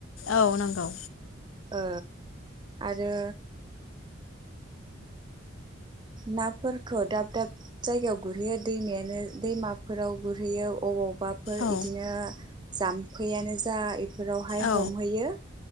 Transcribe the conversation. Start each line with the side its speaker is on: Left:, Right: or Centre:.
Left: औ नांगौ
Right: ओ आरो नाफोरखौ दाब दाब जायगायाव गुरहैयो दैमायानो दैमाफोराव गुरहैयो अबाव बाफोर
Left: औ
Right: इदिनो जाम्फैयानो जा बेफोरावहाय
Left: औ
Right: हमहैयो।